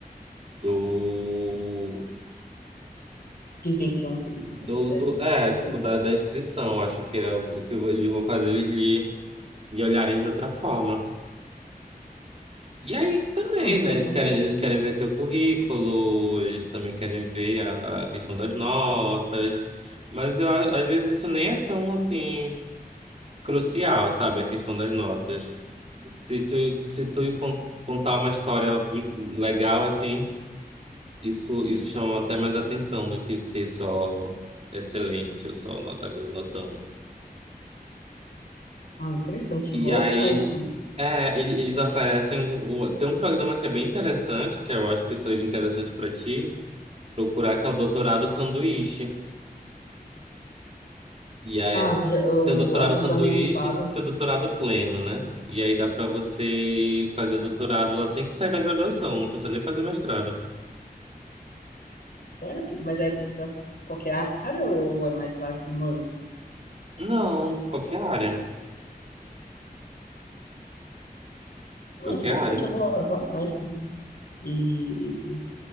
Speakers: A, on the right; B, on the left.
A: do
B: de intenção, assim, do que
A: Do,
B: você quer
A: do, é,
B: fazer.
A: tipo, da, da inscrição. Eu Acho que é o que o que eu vou- eles vão fazer eles lhe, lhe olharem de outra forma. E aí também,
B: Ah, interessante.
A: né? Eles querem, eles querem ver teu currículo, eles também querem ver a, a questão das notas. Mas eu a- às vezes isso nem é tão assim crucial, sabe? A questão das notas. Se tu, se tu con- contar uma história bu- legal assim, isso, isso chama até mais atenção do que ter só excelente ou só nota, notão.
B: Ah, interessante.
A: E
B: Vou
A: aí.
B: atrás, sim.
A: É, ele- eles oferecem. o- o- Tem um programa que é bem interessante, que eu acho que seria interessante pra ti, procurar que é o doutorado sanduíche. E aí
B: Ah, já, eu,
A: tem o doutorado
B: alguns
A: sanduíche,
B: amigos fazem.
A: tem o doutorado pleno, né? E aí dá pra você fazer o doutorado assim que sai da graduação, não precisa nem fazer mestrado.
B: Sério que? Mas é pra qualquer área ou é mais pra área de humanos?
A: Não, qualquer área,
B: Ah,
A: qualquer
B: interessante.
A: área.
B: Eu vou, eu vou atrás, sim. E